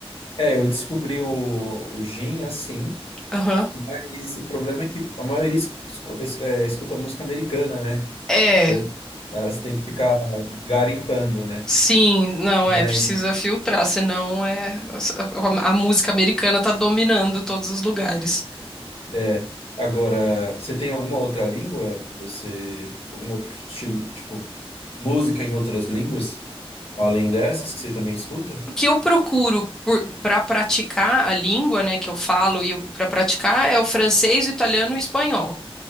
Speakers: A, on the left; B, in the centre.
A: É, eu descobri o, o Jim assim,
B: Aham.
A: mas o problema é que a maioria es- esco- es- é, escuta música americana, né?
B: É,
A: Da- Elas têm que ficar garimpando, né?
B: sim, não
A: Mas
B: é, precisa filtrar, senão é a, a música americana tá dominando todos os lugares.
A: É. Agora, você tem alguma outra língua que você. Algum outro estilo, tipo, música em outras línguas, além dessas, que você também escuta?
B: O que eu procuro para praticar a língua, né, que eu falo e para praticar é o francês, o italiano e o espanhol.